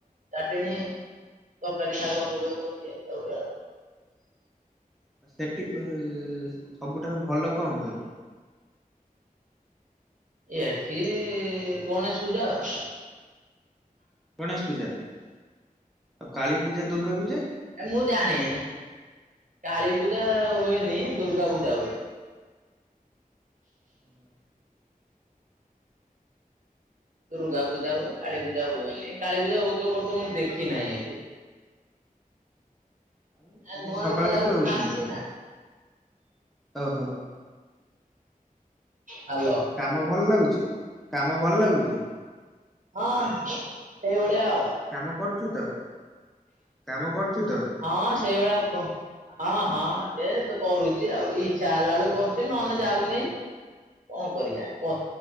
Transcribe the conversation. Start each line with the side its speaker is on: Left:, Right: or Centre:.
Right: ଚାଟଣୀ ତରକାରୀ ଶାଗ ହୁଏ ସବୁ ଖିଆ ପିଆ ହୁଏ ଆଉ।
Centre: ସେଠି କେ ସବୁଠାରୁ ଭଲ କଣ ହୁଏ?
Right: ଏଠି ଗଣେଶ ପୂଜା ଆଉ।
Centre: ଗଣେଶ ପୂଜା ଆଉ କାଳୀ ପୂଜା ଦୁର୍ଗା ପୂଜା?
Right: ଏ ମୁଁ ଜାଣି କାଳୀପୂଜା ହୁଏନି। ଦୁର୍ଗା ପୂଜା ହୁଏ।
Centre: ହୁଁ ହୁଁ
Right: ଦୁର୍ଗା ପୂଜା ହୁଏ। କାଳୀ ପୂଜା ହୁଏନି କାଳୀ ପୂଜା ହଉଥିବ କରୁଥିବ। ମୁଁ ଦେଖି ନାଇଁ ଏଠି।
Centre: ଆଉ
Right: ଆ
Centre: ଆଜି
Right: ନୂଆ
Centre: ସକାଳେ
Right: ନୂଆ
Centre: କେତେବେଳେ
Right: ଯାଉ
Centre: ଉଠିଲୁ
Right: ଆସିଛି ନା।
Centre: ଓହୋ।
Right: ହାଲୋ।
Centre: କାମ ଭଲ ଲାଗୁଚି କାମ ଭଲ ଲାଗୁଚି?
Right: ହଁ ସେଇ ଭଳିଆ ଆଉ।
Centre: କାମ କରୁଚୁ ତ କାମ କରୁଚୁ ତ?
Right: ହଁ ସେଇ ଭଳିଆ ଆଉ କଁ? ହଁ ହଁ ଏ ତ କରୁଚି ଆଉ ଇଚ୍ଛା ହେଲା ବେଳୁ କରୁଚି ନହେଲେ ଯାଉ ନେଇଁ। କଣ କରିବା କହ?